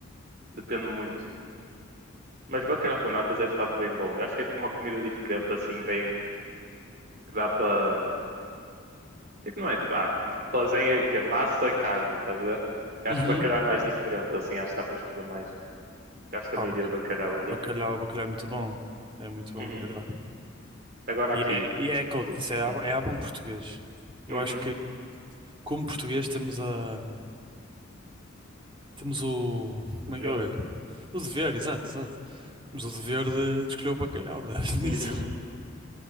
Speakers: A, on the right; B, on the right.
A: Depende muito. Mas bacalhau com natas é de fato bem bom. Eu acho que é tipo uma comida diferente, assim, bem. Que dá para. Tipo, não é tipo. Ah, lasanha é o quê? Massa, carne, estás a ver? Eu
B: Uhum.
A: acho que bacalhau é mais diferente, assim. Acho que dá para escolher mais. Eu acho que também
B: Pá, bac-
A: iria de bacalhau
B: bacalhau,
A: aqui.
B: bacalhau é muito bom. É muito bom
A: Uhum.
B: bacalhau.
A: Agora
B: E
A: aqui.
B: é, e é aquilo que eu disse, é,
A: Hum.
B: a- é a bom português. Eu
A: Uhum.
B: acho que como português temos a temos o
A: De
B: como é
A: ver.
B: que é? O dever, exato, exato. Temos o dever de, de escolher o bacalhau né? <laughs> nisso.
A: Uhum.